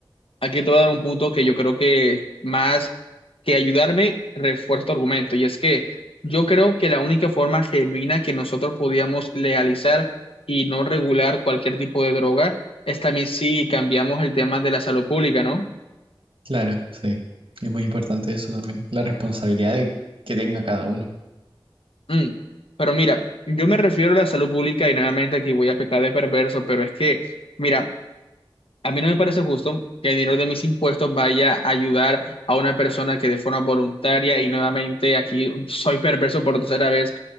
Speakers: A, on the left; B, on the right.
A: aquí te voy a dar un punto que yo creo que más que ayudarme, refuerza tu argumento, y es que yo creo que la única forma genuina que nosotros podíamos legalizar y no regular cualquier tipo de droga es también si cambiamos el tema de la salud pública, ¿no?
B: Claro, sí. Es muy importante eso también, la responsabilidad de- que tenga cada uno.
A: Mm, Pero mira, yo me refiero a la salud pública y nuevamente aquí voy a pecar de perverso, pero es que, mira, a mí no me parece justo que el dinero de mis impuestos vaya a ayudar a una persona que de forma voluntaria y nuevamente aquí soy perverso por tercera vez,